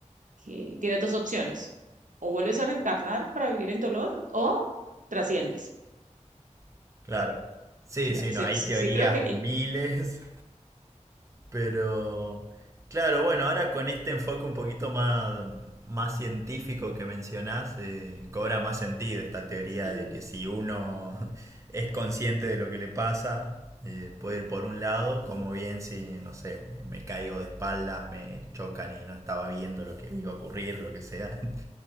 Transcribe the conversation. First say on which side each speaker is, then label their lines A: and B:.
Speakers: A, on the right; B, on the right.
A: que tiene dos opciones, o vuelves a reencarnar para vivir en dolor o trasciendes.
B: <laughs> claro. Sí,
A: Claro,
B: sí,
A: sí,
B: no, hay
A: sí
B: teorías
A: creo que el-
B: miles Pero, claro, bueno, ahora con este enfoque un poquito más, más científico que mencionás, eh, cobra más sentido esta teoría
A: sí.
B: de que si uno <laughs> es consciente de lo que le pasa, eh, puede ir por un lado, como bien si, no sé, me, me caigo de espaldas, me chocan y no estaba viendo lo que iba a ocurrir, lo que sea. <laughs>